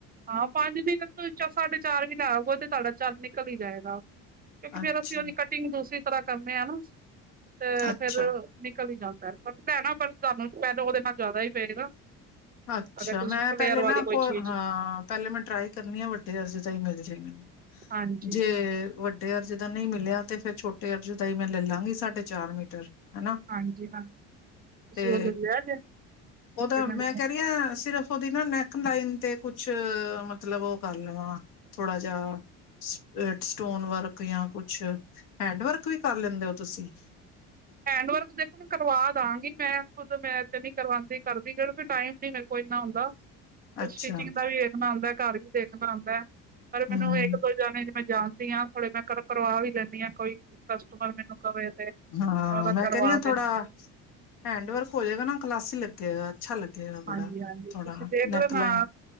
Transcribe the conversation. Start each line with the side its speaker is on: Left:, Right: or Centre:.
Right: ਹਾਂ ਪੰਜ ਨੀ ਤੇ ਵਿਚੋ ਸਾਢੇ ਚਾਰ ਵੀ ਲੈ ਆਓ, ਓ ਤੇ ਤਾਡਾ ਚਾਰ ਨਿਕਲ ਈ ਜਾਏਗਾ ਕਿਓਕੀ ਫੇਰ
Left: ਅੱਛਾ,
Right: ਅਸੀਂ ਓਦੀ ਕਟਿੰਗ ਦੂਸਰੀ ਤਰ੍ਹਾਂ ਕਰਦੇ ਆ ਨਾ ਤੇ
Left: ਅੱਛਾ।
Right: ਫੇਰ ਨਿਕਲ ਈ ਜਾਂਦਾ, ਪਤਾ ਏ ਪਰ ਸਾਨੂੰ, ਪੇਲਾਂ ਓਦੇ ਨਾਲੋਂ ਜ਼ਾਦਾ ਈ ਪਏਗਾ।
Left: ਅੱਛਾ,
Right: ਅਗਰ ਤੁਸੀਂ
Left: ਮੈਂ
Right: ਫਲੇਅਰ
Left: ਪੇਲੇ
Right: ਵਾਲੀ
Left: ਨਾ ਕੋ
Right: ਕੋਈ ਚੀਜ਼
Left: ਹਾਂ ਪੇਲੇ ਮੈਂ ਟਰਾਈ ਕਰਨੀ ਆ, ਵੱਡੇ ਅਰਜੇ ਦਾ ਈ ਮਿਲ ਜੇ,
Right: ਹਾਂਜੀ
Left: ਜੇ ਵ ਵੱਡੇ ਅਰਜ ਦਾ ਨਈ ਮਿਲੇਆ, ਤੇ ਫੇਰ ਛੋਟੇ ਅਰਜ ਦਾ ਈ ਮੈਂ ਲੈ ਲਾਂਗੀ ਸਾਢੇ ਚਾਰ ਮੀਟਰ ਹਨਾ
Right: ਹਾਂਜੀ ਹਾਂਜੀ ਤੁਸੀਂ
Left: ਤੇ
Right: ਉਹ ਲੈ ਲਿਆ ਜੇ
Left: ਓਦਾ
Right: ਤੇ
Left: ਮੈਂ
Right: ਮੈਨੂੰ
Left: ਕਹਿ ਰਹੀ ਸਿਰਫ ਓਦੀ ਨਾ ਨੈਕ ਲਾਈਨ ਤੇ ਕੁਛ ਮਤਲਬ ਓ ਕਰ ਲਵਾਂ ਥੋੜਾ ਜੇਆ ਸਟ ਸਟੋਨ ਵਰਕ ਜਾਂ ਕੁਛ ਹੈਂਡ ਵਰਕ ਵੀ ਕਰ ਲੇਂਦੇ ਓ ਤੁਸੀਂ?
Right: ਹੈਂਡ ਵਰਕ ਦੇਖੋ ਕਰਵਾ ਦਾਗੀ ਮੈਂ, ਖੁਦ ਮੈਂ ਏਥੇ ਨੀ ਕਰਵਾਦੀ ਕਰਦੀ ਟਾਈਮ ਨੀ ਮਿਲ ਕੋਈ ਏਨਾ ਹੁੰਦਾ
Left: ਅੱਛਾ
Right: ਸਟਿਚਿੰਗ ਦਾ ਵੀ ਵੇਖਣਾ ਹੁੰਦਾ, ਘਰ ਵੀ ਦੇਖਣਾ ਹੁੰਦਾ ਪਰ
Left: ਹਮ
Right: ਮੈਨੂੰ ਏਕ, ਦੋ, ਈ ਜਾਣੇ ਚ ਮੈਂ ਜਾਣਦੀ ਆ, ਥੋੜੇ ਮੈਂ ਕਰਵਾ ਵੀ ਲੈ ਨੀ ਆ, ਕੋਈ ਕਸਟਮਰ ਮੈਨੂੰ ਕਵੇ ਤੇ
Left: ਹਾਂ
Right: ਉਹਦਾ
Left: ਮੈਂ
Right: ਕਰਵਾ
Left: ਕਹਿ ਰਹੀ ਆ ਥੋੜਾ
Right: ਦਿੰਦੀ ਹਾਂ
Left: ਹੈਂਡ ਵਰਕ ਹੋ ਜੇ ਗਾ ਨਾ ਕਲਾਸੀ ਲੱਗੇਗਾ ਅੱਛਾ ਲੱਗੇਗਾ ਬੜਾ
Right: ਹਾਂਜੀ -ਹਾਂਜੀ
Left: ਥੋੜਾ
Right: ਤੁਸੀਂ ਦੇੇਖਲੋ
Left: ਨੈਕ ਲਾਈਨ
Right: ਨਾ